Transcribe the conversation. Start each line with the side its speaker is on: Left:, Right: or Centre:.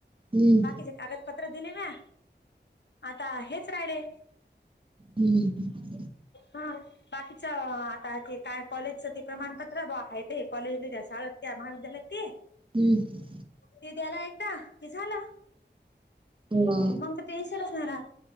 Right: हम्म
Left: बाकीचे कागद पत्र दिले ना, आता हेच राहिले.
Right: हम्म.
Left: हा. बाकीचं आता ते काय? कॉलेजचं ते प्रमाणपत्र बुआ आहे ते कॉलेज, त्या शाळेत, त्या महाविद्यालयात ते
Right: हम्म.
Left: ते त्याला ऐकता, ते झालं.
Right: हा
Left: मंग ते टेंशनच नाही रहात.